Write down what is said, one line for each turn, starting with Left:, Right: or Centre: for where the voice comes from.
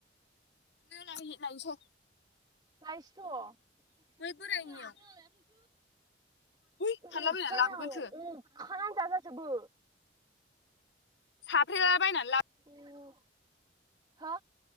Left: <unintelligible> लायनिसै।
Right: लायसैथ' <unintelligible>
Left: बोरायनियाव बै हानलाबायनानै
Right: अरजाया
Left: लाबोगोन थौ
Right: अरखानानो जाजाजोबो।
Left: साफ्रेलाबायनानै‌ ला
Right: अ हो